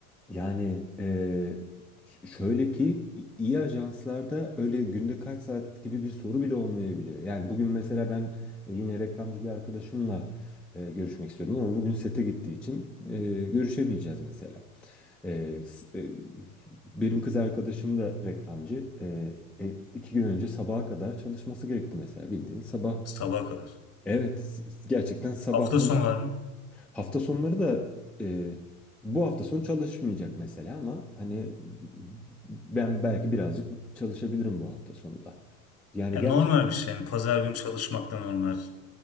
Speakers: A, in the centre; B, on the left.
A: Yani eee, ş- şöyle ki i- iyi ajanslarda öyle günde kaç saat gibi bir soru bile olmayabiliyor. Yani bugün mesela ben e, yine reklamcı bir arkadaşımla e, görüşmek istiyordum ama bugün sete gittiği için e, görüşemeyeceğiz mesela. E, s- e, benim kız arkadaşım da reklamcı. E, e, iki gün önce sabaha kadar çalışması gerekti mesela bildiğin sabah.
B: Sabaha kadar.
A: Evet s- gerçekten sabah.
B: Hafta sonu var mı?
A: Hafta sonları da e, bu hafta sonu çalışmayacak mesela ama hani ben belki birazcık çalışabilirim bu hafta sonu da. Yani
B: Ya
A: gerçekten
B: normal bir şey. Yani pazar günü çalışmak da normal.